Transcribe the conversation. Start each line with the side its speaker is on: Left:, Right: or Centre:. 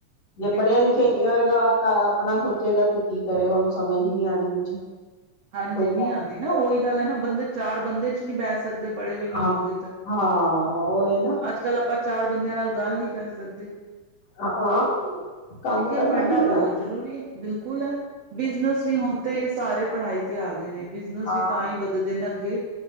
Left: ਜੇ
Right: ਬਿਲਕੁਲ
Left: ਪੜ੍ਹੇ ਲਿਖੇ
Right: ਹੋਊਗਾ।
Left: ਨਹੀਂ ਹੋਏਗਾ ਘ ਆਪਣਾ ਸੋਚੇਗਾ ਕਿ ਕੀ ਕਰੇਗਾ ਉਹਨੂੰ ਸਮਝ ਹੀ ਨਹੀਂੀ ਆਉਣੀ ਕੁਛ
Right: ਹਾਂਜੀ
Left: ਕੋਈ
Right: ਨੀ
Left: ਕੰਮ
Right: ਆਉਂਦੀ ਨਾ ਉਹੀ ਗੱਲ ਹੈ ਨਾ ਬੰਦੇ ਚਾਰ ਬੰਦੇ ਚ ਨੀ ਬੈਸ ਸਕਦੇ ਪੜ੍ਹੇ ਹੋਏ ਨਹੀਂ
Left: ਹਾਂ
Right: ਹੋਗੇ ਤਾਂ
Left: ਹਾਂ ਉਹ ਇਹ ਨਾ
Right: ਅੱਜ ਕੱਲ ਆਪਾਂ ਚਾਰ ਬੰਦਿਆਂ ਨਾਲ ਗੱਲ ਨਹੀਂੀ ਕਰ ਸਕਦੇ
Left: ਹਾਂ ਕੰਮ
Right: ਠੀਕ
Left: ਕਰਨਾ
Right: ਹੈ ਪੜ੍ਹਨਾ
Left: ਵੀ ਕਰਾ
Right: ਬਹੁਤ ਜ਼ਰੂਰੀ ਹੈ ਬਿਲਕੁਲ ਬਿਜਨਸ ਵੀ ਹਣ ਤੇ ਸਾਰੇ ਪੜ੍ਹਾਈ ਤੇ ਆ ਗਏ ਨੇ ਬਿਜਨਸ
Left: ਹਾਂ
Right: ਵੀ ਤਾਂ ਹੀ ਵੱਧਦੇ ਨੇ ਅੱਗੇ